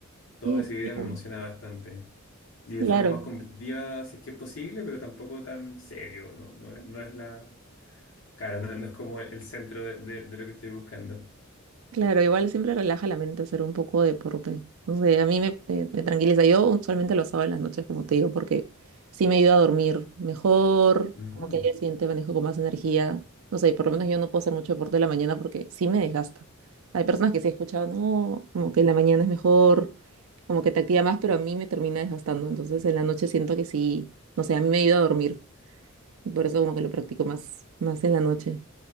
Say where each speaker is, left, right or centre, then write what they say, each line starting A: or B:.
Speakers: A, on the left; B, on the right.
A: toda
B: qué
A: esa
B: divertido.
A: idea me emociona bastante. Y de
B: Claro.
A: forma más competitiva, si es que es posible, pero tampoco tan serio, ¿no? No, es no es la... Claro, no, no es como el centro de, de- de lo que estoy buscando.
B: Claro, igual siempre relaja la mente hacer un poco de deporte. No sé, a mí me, me- me tranquiliza. Yo usualmente lo hago en las noches, como te digo, porque sí me ayuda a dormir mejor,
A: Ujú,
B: como que al día siguiente manejo con más energía. No sé, por lo menos yo no puedo hacer mucho deporte en la mañana porque sí me desgasta. Hay personas que sí he escuchado, no, como que en la mañana es mejor, como que te activa más, pero a mí me termina desgastando. Entonces en la noche siento que sí, no sé, a mí me ayuda a dormir. Y por eso como que lo practico más, más en la noche,